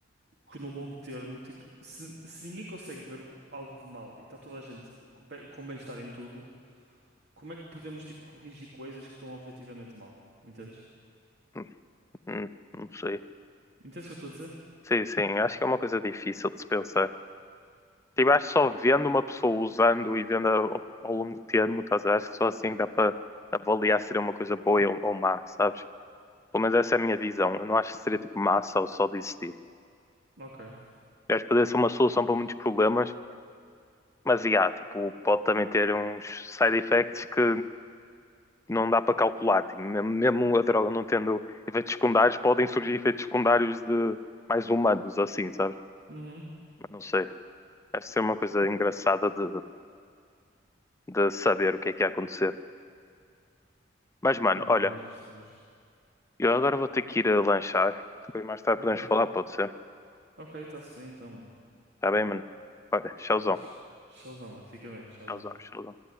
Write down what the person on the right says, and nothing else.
que no longo termo, tipo, se, se ninguém consegue ver algo de mal e está toda a gente com bem- com bem-estar em tudo, como é que podemos, tipo, corrigir coisas que estão objetivamente mal? Entendes?
Entendes o que eu estou a dizer?
Ok.
Uhum.
Não,
é justo, é justo.
Ok.
Ok, está-se bem então, mano.
Tá.
Estás? Showzão, mano. Fica bem, showzão.